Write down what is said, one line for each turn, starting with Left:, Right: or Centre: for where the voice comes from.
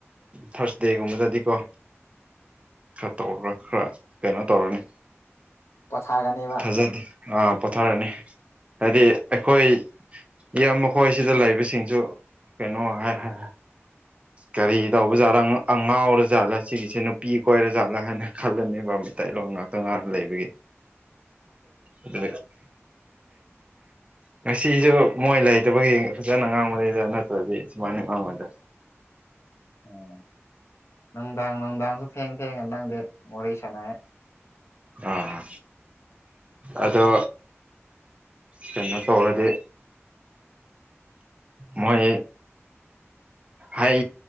Right: ꯊꯥꯔꯁꯗꯦꯒꯨꯝꯕꯗꯗꯤꯀꯣ ꯈꯔ ꯇꯧ꯭ꯔ ꯈꯔ ꯀꯩꯅꯣ ꯇꯧꯔꯅꯤ
Left: ꯄꯊꯥꯒꯅꯦꯕ
Right: ꯊꯥꯖꯗꯦ ꯑꯥ ꯄꯣꯊꯥꯔꯅꯤ ꯍꯥꯏꯗꯤ ꯑꯩꯈꯣꯏ ꯌꯥꯝ ꯃꯈꯣꯏꯁꯤꯗ ꯂꯩꯕꯁꯤꯡꯁꯨ ꯀꯩꯅꯣ ꯍꯥꯏ ꯍꯥꯏ ꯀꯔꯤ ꯇꯧꯕꯖꯥꯠ ꯉꯥꯎꯔ ꯖꯥꯠꯂ ꯁꯤꯒꯤꯁꯦ ꯅꯨꯄꯤ ꯀꯣꯏꯔ ꯖꯥꯠꯂꯥ ꯍꯥꯏꯅ ꯈꯜꯂꯅꯦꯕ ꯃꯇꯩꯂꯣꯟ ꯉꯥꯛꯇ ꯉꯥꯅ ꯂꯩꯕꯒꯤ ꯑꯗꯨ ꯉꯁꯤꯁꯨ ꯃꯣꯏ ꯂꯩꯇꯕꯒꯤ ꯐꯖꯅ ꯉꯥꯡꯕꯉꯩꯗ ꯅꯠꯇ꯭ꯔꯗꯤ ꯁꯨꯃꯥꯏꯅ ꯉꯥꯡꯉꯣꯏꯗ
Left: <inaudible> ꯎꯝ ꯅꯨꯡꯗꯥꯡ ꯅꯨꯡꯗꯥꯡꯁꯨ ꯊꯦꯡ ꯊꯦꯡꯉ ꯅꯪꯗ ꯃꯣꯔꯦ ꯁꯅꯍꯦꯛ
Right: ꯑꯥ ꯑꯗꯣ ꯀꯩꯅꯣ ꯇꯧꯔꯗꯤ ꯃꯣꯏ ꯍꯥꯏ